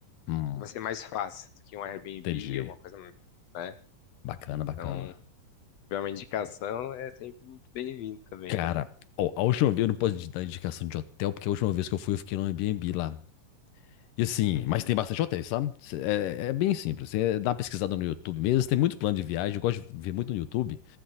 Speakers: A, on the left; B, on the left.
A: Hum.
B: vai ser mais fácil do que um Airbnb,
A: Entendi.
B: alguma coisa, né?
A: Bacana, bacana.
B: Então, se tiver uma indicação, é sempre muito bem-vindo também,
A: Cara,
B: né?
A: ó, a última vez eu não posso te dar indicação de hotel, porque a última vez que eu fui eu fiquei no Airbnb lá. E assim,
B: Uhum,
A: mas tem bastante hotéis, sabe? Cê- É, é bem simples. Você dá uma pesquisada no YouTube mesmo. Tem muito plano de viagem. Eu gosto de ver muito no YouTube